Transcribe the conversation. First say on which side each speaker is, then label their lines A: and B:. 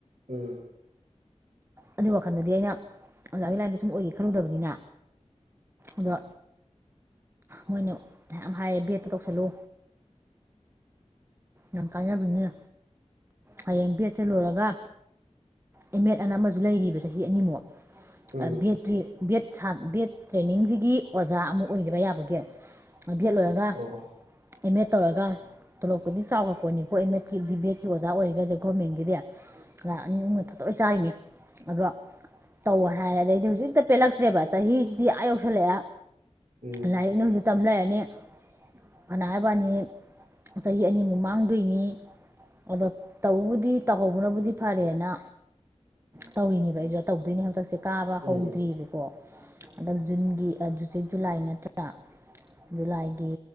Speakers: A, on the right (about 75°); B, on the right (about 20°).
A: ꯎꯝ
B: ꯑꯗꯨ ꯋꯥꯈꯜꯗꯗꯤ ꯑꯩꯅ ꯑꯣꯖꯥꯒꯤ ꯂꯥꯏꯟꯗꯣ ꯁꯨꯝ ꯑꯣꯏꯒꯦ ꯈꯜꯂꯨꯗꯕꯅꯤꯅ ꯑꯗ ꯃꯣꯏꯅ ꯃ ꯍꯥꯏꯔꯦ ꯕꯦꯠꯇ ꯇꯧꯁꯜꯂꯨ ꯌꯥꯝ ꯀꯥꯏꯅꯕꯅꯦ ꯍꯌꯦꯡ ꯕꯦꯠꯁꯦ ꯂꯣꯏꯔꯒ ꯑꯦꯝ ꯑꯦꯠ ꯑꯅ ꯑꯃꯁꯨ ꯂꯩꯔꯤꯕ ꯆꯍꯤ ꯑꯅꯤꯃꯨꯛ
A: ꯎꯝ
B: ꯕꯤ ꯑꯦꯠꯀꯤ ꯕꯤ ꯑꯦꯠ ꯁꯥ ꯚꯦꯠ ꯇ꯭ꯔꯦꯅꯤꯡꯁꯤꯒꯤ ꯑꯣꯖꯥ ꯑꯃ ꯑꯣꯏꯕ ꯌꯥꯕꯒꯤꯦ ꯚꯦꯠ ꯂꯣꯏꯔꯒ
A: ꯑꯣ
B: ꯑꯦꯝ ꯑꯦ ꯇꯧꯔꯒ ꯊꯣꯂꯛꯄꯗꯤ ꯆꯥꯎꯔꯛꯄ ꯄꯣꯅꯤꯀꯣ ꯑꯦꯃꯦꯠꯀꯤ ꯗꯤꯕꯦꯠꯀꯤ ꯑꯣꯖꯥ ꯑꯣꯏꯔꯤꯒꯁꯦ ꯒꯣꯔꯃꯦꯟꯒꯤꯗꯤ ꯉ ꯑꯅꯤ ꯑꯍꯨꯝꯅ ꯊꯛꯇ ꯂꯣꯏ ꯆꯥꯔꯤꯅꯦ ꯑꯗꯣ ꯇꯧꯔ ꯍꯥꯏꯔ ꯑꯗꯩꯗꯤ ꯍꯧꯖꯤꯛ ꯍꯦꯛꯇ ꯄꯦꯜꯂꯛꯇ꯭ꯔꯦꯕ ꯆꯍꯤꯁꯤꯗꯤ ꯑꯥ ꯌꯧꯁꯜꯂꯛꯑꯦ
A: ꯎꯝ
B: ꯂꯥꯏꯔꯤꯛ ꯅꯨꯡ ꯍꯧꯁꯨ ꯇꯝꯅꯔꯅꯤ ꯐꯅꯥꯏꯕꯅꯤ ꯆꯍꯤ ꯑꯅꯤ ꯃꯨꯃꯥꯡ ꯑꯗꯨꯏꯅꯤ ꯑꯗꯣ ꯇꯧꯕꯕꯨꯗꯤ ꯇꯧꯍꯧꯕꯅꯕꯨꯗꯤ ꯐꯔꯦꯅ ꯇꯧꯔꯤꯅꯦꯕ ꯑꯩꯁꯨꯗ ꯇꯧꯗꯣꯏꯅꯦ ꯍꯗꯛꯁꯦ ꯀꯥꯕ ꯍꯧꯗ꯭ꯔꯤꯑꯕꯀꯣ
A: ꯎꯝ
B: ꯑꯗꯣ ꯖꯨꯟꯒꯤꯁ ꯖꯨꯂꯥꯏ ꯅꯠꯇ꯭ꯔꯥ ꯖꯨꯂꯥꯏꯒꯤ